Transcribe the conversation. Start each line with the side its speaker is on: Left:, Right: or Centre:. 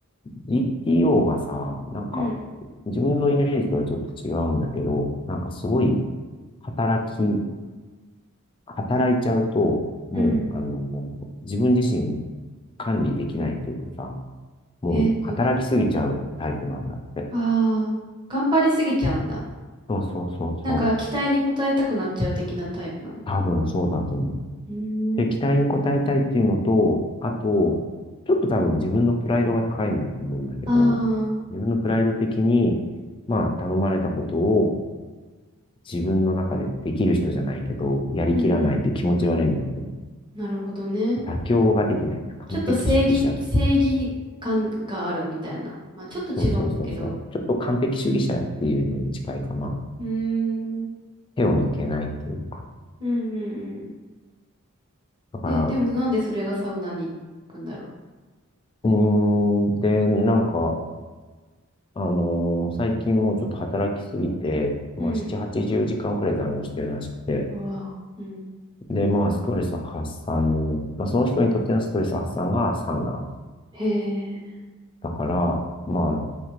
Left: GTO がさ、なんか、
Right: うん
Left: 自分のイメージとはちょっと違うんだけど、なんかすごい働き、働いちゃうと、もう、
Right: うん。
Left: あの、自分自身管理できないっていうかさ、もう働きすぎちゃうタイプなんだって。
Right: えー、どういうことああー、頑張りすぎちゃうんだ。
Left: そうそうそうそう。
Right: なんか期待に応えたくなっちゃう的なタイプなのかな。
Left: 多分そうだと思う。
Right: うーん。
Left: で、期待に応えたいっていうのと、あと、ちょっと多分自分のプライドが高いんだと思うんだけど、
Right: ああ、
Left: 自分のプライド的に、まあ、頼まれたことを自分の中でできる人じゃないけど、やりきらないって気持ち悪いんだと思う。
Right: うんうん。なるほどね。
Left: 妥協ができない。完璧主義者。
Right: ちょっと正義、正義感があるみたいな。まあちょっと違うけど。
Left: そうそうそうそう。ちょっと完璧主義者っていうのに近いかな。
Right: うーん。うん
Left: 手を抜けないっていうのか。
Right: うんうん。
Left: だから、
Right: で、でもなんでそれがサウナに行くんだろ
Left: うーん、で、なんか、あのー最近もうちょっと働きすぎて、まあ、
Right: う。うん。
Left: 7、80時間くらい残業してるらしくて。
Right: うわ。うん
Left: で、まあ、ストレス発散、まあ、その人にとってのストレス発散がサウナ。
Right: へえ。
Left: だから、まあ、